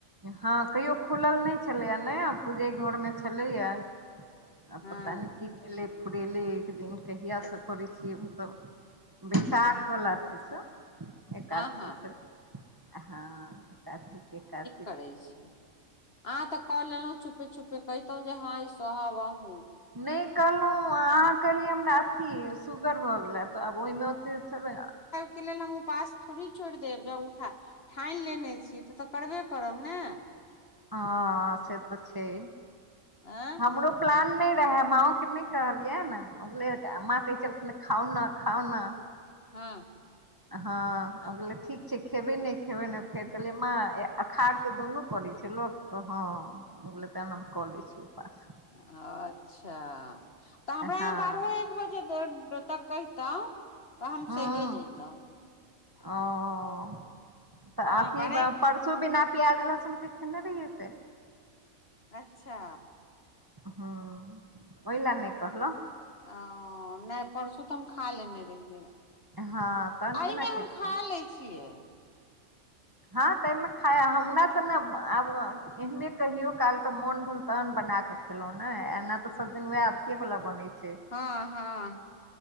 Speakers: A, on the right; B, on the left.
A: हँ कहियो खुलल नहि छलैए ने पूजे घरमे छलैए आ
B: हँ
A: पता नहि की भेलै फुरेले एक दिन कहियास करै छियै हम तब बैशाख वला छी से एकदसी
B: हँ हँ
A: से हँ छी एक छी
B: करै छी आह तऽ कऽ लेलहु छुपे छुपे कहितहु जे हँ ई सोहव आहु
A: नहि कहलौ आहाँ करलियै हमरा अथी सुगर भऽ गेले तऽ आब ओहिमे ओते थोड़े
B: के लेल हम ओपासथोड़ी छोड़ि देब जा उठा ठानि लेने छी तऽ तऽ करबे करब ने
A: ह से तऽ छै
B: आ
A: हमरो प्लान नहि रहे माओ के नहि कहलियै ने माँ कहै छलखिन खाउ ने खाउ ने
B: हँ
A: हँ ओै ठीक छै खेबै नहि खेबै ने फेर कहलियै माँ अखार क दुनू करै छै लोक त हँ त कऽ लै छी उपास
B: अच्छा तऽ हमरा
A: हँ
B: बारहो एक बजे तक कहितहुँ तऽ हम
A: हूँ
B: सहिए जैतहु
A: ओ तऽ
B: हँ
A: आथी
B: बारह
A: ब परसू बिना प्याज लहसुन के खेने रहियै से
B: अच्छा
A: हू ओहिला‌नहि कहलौ
B: ओ नहि परसू तऽ हम खा लेने रहियै
A: हँ तहन
B: एहिमे
A: केना करितहुँ
B: हम खा लैत छियै
A: हँ तामे खायइ हमरा तऽ ने आब एहने कहियो काल के मोन भेल तहन बना कऽ खलहुँ ने एना तऽ सब दिन वएह अथिये वाला बनै छै
B: हँ हँ